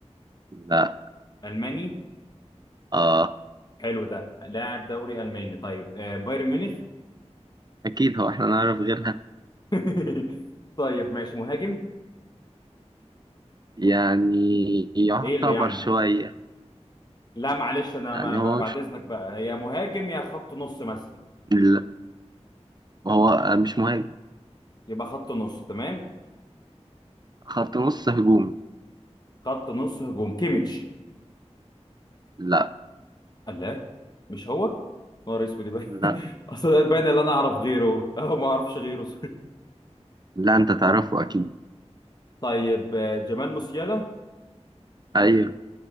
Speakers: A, on the right; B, on the left.
A: لا
B: الماني
A: اه
B: حلو ده لاعب دوري الماني طيب آه بايرن ميونخ
A: اكيد هو احنا نعرف غيرها
B: <laughs> طيب ماشي مهاجم
A: يعني يعتبر
B: ايه اللي يعني
A: شوية
B: لا معلش انا
A: يعني
B: ما ما-
A: هو
B: بعد
A: مش
B: اذنك بقى يا مهاجم يا خط نص مثلا
A: لا هو مش مهاجم
B: يبقى خط نص تمام
A: خط نص هجومي
B: خط نص هجوم كيميتش
A: لا
B: الله مش هو نهار اسود يبقى
A: لا
B: <laughs> اصل ده باين اللي انا اعرف غيره اه ما اعرفش غيره
A: لا انت تعرفه
B: <laughs>
A: اكيد
B: طيب آه، جمال موسيالا
A: ايوه